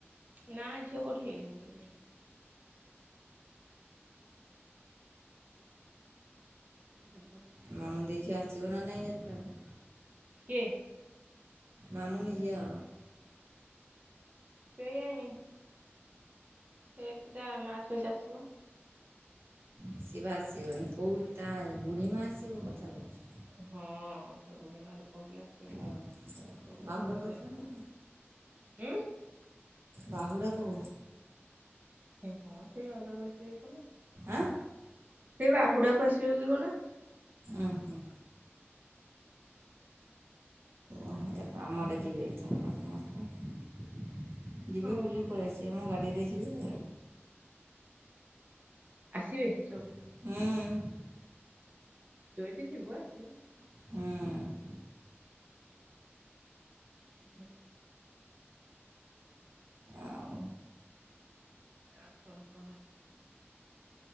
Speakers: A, on the right; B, on the right.
A: ନା ଝିଅ କୋଠ ହେଇଯଛନ୍ତି <unintelligible> ହଁ ହ <inaudible>
B: ମାମୁଁ ଦେଇ ଝିଅ ଆସିବ ନା ନାଇ ଯାତ୍ରାକୁ?
A: କିଏ?
B: ମାମୁନି ଝିଅ।
A: କେଇଆଣି। ସେତିଟା ମା ସହିତ ଆସିବ।
B: ଆସିବ ଆସିବନି କେଉଁ ତା ବୁଢ଼ୀମା ଆସିବ କଥା କହୁଛି।
A: ହଁ ତା ବୁଢ଼ୀ ମା କହୁଥିଲା ଆସିବ ବୋଲି
B: ଆଉ
A: ତା ବୁଢୀମା
B: ବାହୁଡ଼ାକୁ
A: ସହିତ ଆସିବ।
B: ନା
A: ଉଁ?
B: ବାହୁଡାକୁ?
A: ହଁ ସେ ଗର ବଛିିବ କଣ <unintelligible>
B: ଆଁ।
A: ସେ ବାହୁଡାକୁ ଆସିବ କି କଣ?
B: ଉହୁଁ। ଉହୁଁ ଆମର ଯିବେ ଏଥରକ ସମସ୍ତେ। ଯିବେ
A: ହଁ
B: ବୁଲିକି ପଳେଇ ଆସିବେ ଆମ ଗାଡ଼ିରେ ଯିବେ <inaudible>
A: ଆସିବେ ସବୁ?
B: ଉଁ।
A: ତୁ ଏଇଠୁ ଥିବୁ ଆସିବେ
B: ହୁଁ
A: ହ।
B: ଆଉ
A: ଆ କଣ କହ?